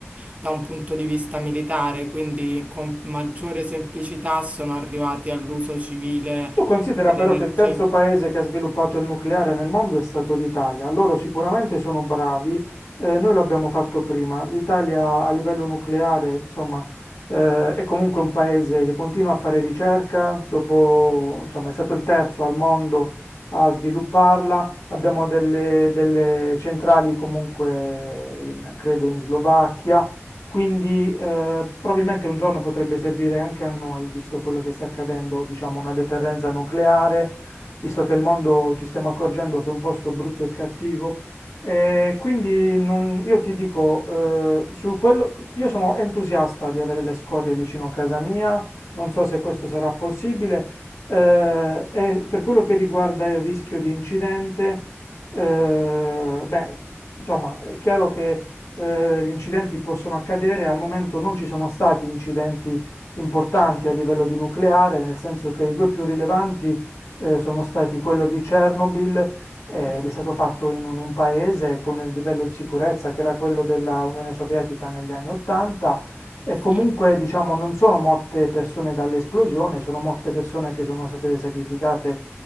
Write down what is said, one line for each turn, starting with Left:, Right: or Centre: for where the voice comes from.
Right: da un punto di vista militare, quindi con maggiore semplicità sono arrivati all'uso civile
Left: Tu considera
Right: dell'energia.
Left: però che il terzo paese che ha sviluppato il nucleare nel mondo è stato l'Italia. Loro sicuramente sono bravi, eh, noi lo abbiamo fatto prima. L'Italia a livello nucleare, insomma, eh, è comunque un paese che continua a fare ricerca, dopo, insomma, è stato il terzo al mondo a svilupparla. Abbiamo delle, delle centrali comunque in- credo in Slovacchia. Quindi eh, probabilmente un giorno potrebbe servire anche a noi, visto quello che sta accadendo, diciamo una deterrenza nucleare, visto che il mondo ci stiamo accorgendo che è un posto brutto e cattivo. Eh, quindi non- io ti dico, eh, su quello, io sono entusiasta di avere le scorie vicino a casa mia, non so se questo sarà possibile. Eh, e per quello che riguarda il rischio di incidente, eh, beh, insomma, è chiaro che eh, gli incidenti possono accadere, al momento non ci sono stati incidenti importanti a livello di nucleare, nel senso che i due più rilevanti eh, sono stati quello di Chernobyl eh,
Right: Mm,
Left: ed è stato fatto in un, un paese con il livello di sicurezza che era quello della Unione Sovietica negli anni 80 e
Right: sì.
Left: comunque diciamo non sono morte persone dall'esplosione, sono morte persone che sono state sacrificate